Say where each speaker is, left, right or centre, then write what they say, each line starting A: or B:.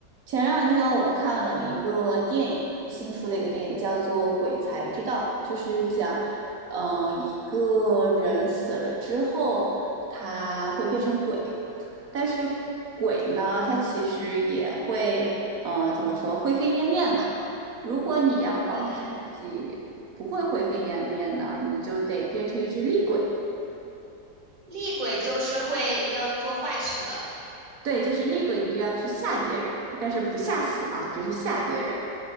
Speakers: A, on the right; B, on the right.
A: 前两天我看了一个电影，新出的一个电影叫做《鬼才之道》，就是讲，嗯、呃一个人死了之后，他会变成鬼，但是鬼呢，它其实也会，嗯、呃怎么说，灰飞烟灭嘛。如果你要保持自己不会灰飞烟灭呢，
B: 嗯，
A: 你就得变成一只厉鬼。
B: 厉鬼就是会要做坏事的。
A: 对，就是厉鬼，你就要去吓别人，但是不吓死啊，只是吓别人。